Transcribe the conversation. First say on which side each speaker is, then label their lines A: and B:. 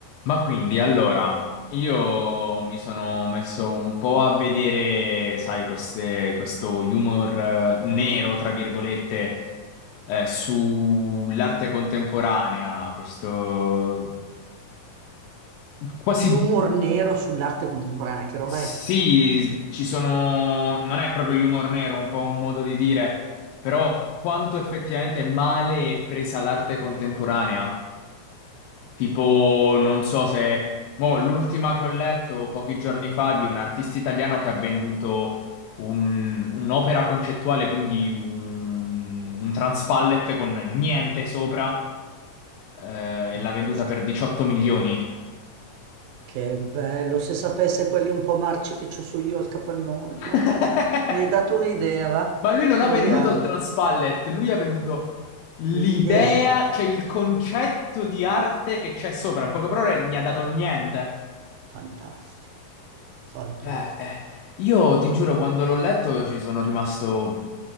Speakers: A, on the left (about 80°); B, on the right (about 80°).
A: Ma quindi, allora, io mi sono messo un po' a vedere, sai, queste- questo humor eh, nero, tra virgolette, eh, sull'arte contemporanea, questo quasi
B: Humor nero sull'arte contemporanea, che roba
A: sì,
B: è?
A: ci sono non è proprio humor nero, un po' un modo di dire, però quanto effettivamente male è presa l'arte contemporanea. Tipo, non so se... Mo, l'ultima che ho letto pochi giorni fa di un artista italiano che ha venduto un- un'opera concettuale, quindi un, un transpallet con niente sopra, eh,
B: Fantastico.
A: e l'ha venduta per 18 milioni.
B: Che bello, se sapesse quelli un po' marci che ci so io al capannone,
A: <laughs>
B: Madonna. Mi hai dato un'idea, va?
A: Ma lui non
B: Proviamo.
A: ha venduto il transpallet, lui ha venduto l'idea,
B: L'idea, de-
A: cioè il concetto di arte che c'è sopra. In poche parole, gli ha dato niente.
B: fantastico, fantastico,
A: Eh, eh, io ti giuro, quando l'ho letto ci sono rimasto...